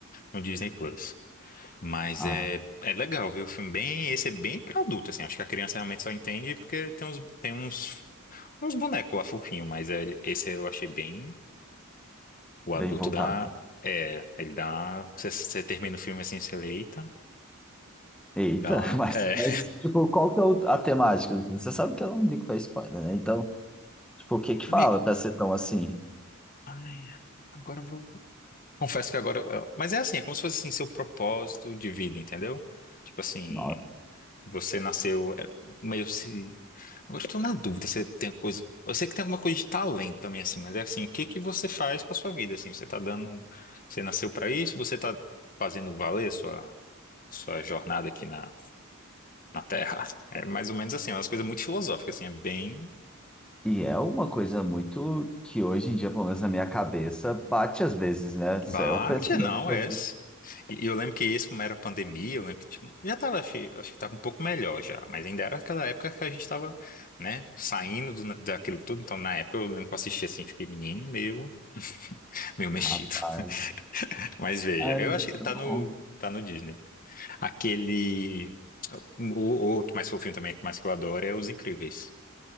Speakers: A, on the left; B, in the centre.
A: no Disney Plus. Mas
B: Ah,
A: é, é legal, viu? O filme bem, esse é bem pra adulto, assim. Acho que a criança realmente só entende porque tem uns, tem uns, uns bonecos lá fofinhos, mas é- esse eu achei bem. O adulto
B: bem voltado.
A: dá. É, ele dá. Você, você termina o filme assim, você lê, eita,
B: Eita,
A: dá uma.
B: <laughs> mas,
A: É.
B: mas
A: <laughs>
B: tipo, qual que é o- a temática do filme? Você sabe que eu não ligo pra spoiler, né? Então, tipo, o que que
A: Amigo,
B: fala pra ser tão assim?
A: ai, agora eu vou. Confesso que agora. eu- Mas é assim, é como se fosse assim, seu propósito de vida, entendeu? Tipo assim.
B: Nossa.
A: Você nasceu é, meio se. Agora eu tô na dúvida se tem coisa. Eu sei que tem alguma coisa de talento também, assim, mas é assim, o que que você faz com a sua vida, assim? Você tá dando. Você nasceu pra isso? Você tá fazendo valer sua, sua jornada aqui na, na Terra? <laughs> É mais ou menos assim, é umas coisas muito filosóficas, assim, é bem.
B: E é uma coisa muito que hoje em dia, pelo menos na minha cabeça, bate às vezes, né? Isso
A: Bate,
B: é um pensamento
A: não,
B: que
A: é
B: a gente...
A: esse. E e eu lembro que esse, como era pandemia, eu lembro que tipo, já tava, acho, que- acho que tava um pouco melhor já, mas ainda era aquela época que a gente tava, né, saindo do- daquilo tudo, então na época eu lembro que eu assisti assim, fiquei menino, meio, meio mexido.
B: Rapaz,
A: <laughs> Mas veja,
B: ai,
A: eu
B: mas
A: acho que
B: tá
A: tá
B: bom.
A: no, tá no Disney. Aquele, o, o outro mais fofinho também, mais que eu adoro, é Os Incríveis.